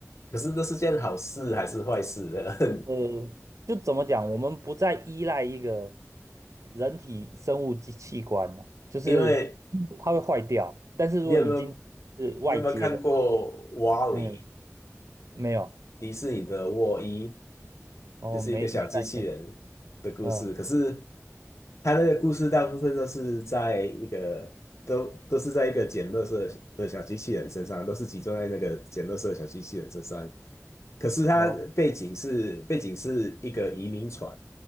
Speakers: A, on the left; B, on the right.
A: 可是这是件好事还是坏事呢？
B: 呃，就怎么讲，我们不再依赖一个人体生物器器官了，就是嗯它会坏掉。
A: <laughs> 因为
B: 但是如果你今天
A: 你有没有
B: 是外接的话，
A: 你有没有看过《瓦力》
B: 哎，没有，
A: 迪士尼的《沃伊》，
B: 哦，
A: 就是一个小机器人的故事。
B: 没没概念，嗯，
A: 可是它那个故事大部分都是在一个都都是在一个捡垃圾的小机器人身上，都是集中在那个捡垃圾的小机器人身上。可是它背景是背景是一个移民船，
B: 了，